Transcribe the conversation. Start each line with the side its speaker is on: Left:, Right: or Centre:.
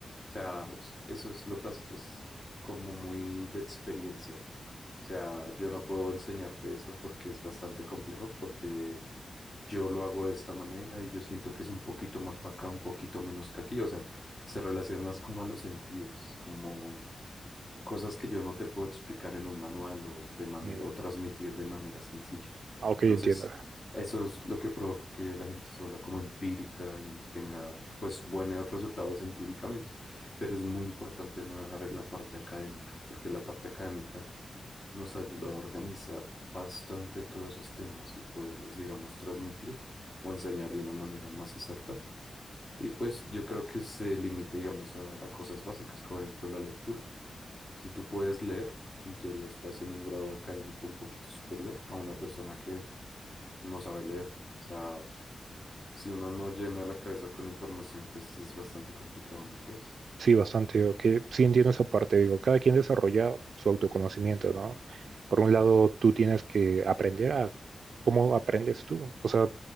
Left: O sea, s- eso es lo tácito, es como muy de experiencia. O sea, yo no puedo enseñarte eso porque es bastante complejo, porque yo lo hago de esta manera y yo siento que es un poquito más para acá, un poquito menos que aquí. O sea, se relaciona más como a los sentidos, como cosas que yo no te puedo explicar en un manual o de manera
Right: Mm,
Left: o transmitir de manera sencilla.
Right: ah, Ok,
Left: Entonces,
Right: entiendo.
Left: eso es lo que provoca que la gente se vuelva como empírica y tenga pues buenos resultados empíricamente, pero es muy importante no dejar la parte académica, porque la parte académica nos ayuda a organizar bastante todos esos temas y poderlos, digamos, transmitir o enseñar de una manera más exacta y pues yo creo que se limita, digamos, a, a cosas básicas, como por ejemplo la lectura. Si tú puedes leer, en teoría estás en un grado académico un poquito superior a una persona que no sabe leer. O sea, si uno no llena la cabeza con información, pues es bastante complicado, ¿no crees?
Right: Sí, bastante, digo, que sí entiendo esa parte, digo, cada quien desarrolla su autoconocimiento, ¿no? Por un lado, tú tienes que aprender a cómo aprendes tú, o sea,